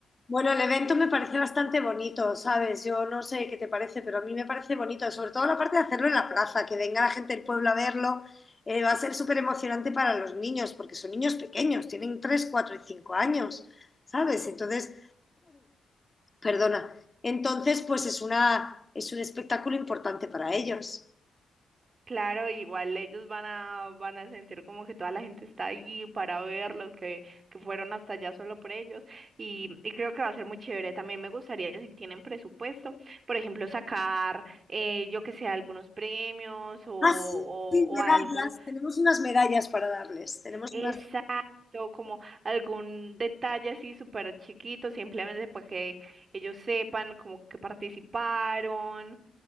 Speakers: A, on the left; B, on the right.
A: Bueno, el evento me parece bastante bonito, ¿sabes? Yo no sé qué te parece, pero a mí me parece bonito, sobre todo la parte de hacerlo en la plaza, que venga la gente del pueblo a verlo, eh, va a ser súper emocionante para los niños, porque son niños pequeños, tienen 3, 4 y cinco años, ¿sabes? Entonces, perdona, entonces pues es una, es un espectáculo importante para ellos.
B: Claro, igual ellos van a, van a sentir como que toda la gente está allí para verlos, que, que fueron hasta allá solo por ellos. Y, y creo que va a ser muy chévere. También me gustaría, si tienen presupuesto, por ejemplo, sacar, eh, yo que sé, algunos premios o, o,
A: Ah, sí, sí, medallas,
B: o algo.
A: tenemos unas medallas para darles, tenemos
B: Exacto,
A: unas...
B: como algún detalle así súper chiquito, simplemente para que ellos sepan como que participaron